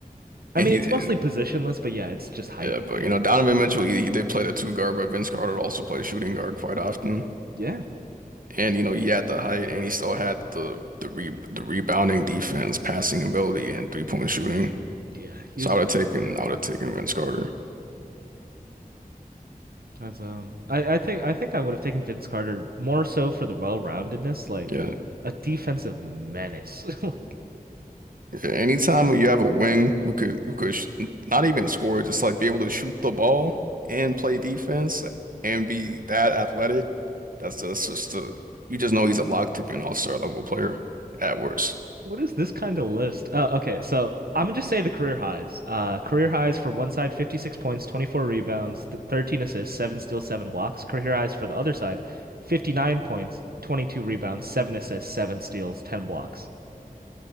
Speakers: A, on the right; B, on the right.
A: I
B: And
A: mean,
B: he,
A: it's
B: and
A: mostly positionless, but yeah, it's just height
B: Yeah, but
A: you get.
B: you know, Donovan Mitchell, he, he did play the two guard, but Vince Carter also played shooting guard quite often.
A: Yeah.
B: And you know, he had the height, and he still had the the re the rebounding defense, passing ability, and three point shooting.
A: Yeah, he
B: So
A: was
B: I
A: a
B: would
A: menace.
B: have taken I would have taken Vince Carter.
A: As um, I, I think I think I would have taken Vince Carter more so for the well-roundedness, like
B: Yeah.
A: a defensive menace. <laughs> Like,
B: Anytime you have a wing who could who could sh not even score, just like be able to shoot the ball and play defense and be that athletic, that's just, that's just the you just know he's a lock to be an all-star level player at worst.
A: What is this kind of list? Uh, okay, so I'm gonna just say the career highs. Uh, career highs for one side, 56 points, 24 rebounds, th 13 assists, seven steals, seven blocks. Career highs for the other side, 59 points, 22 rebounds, seven assists, seven steals, 10 blocks.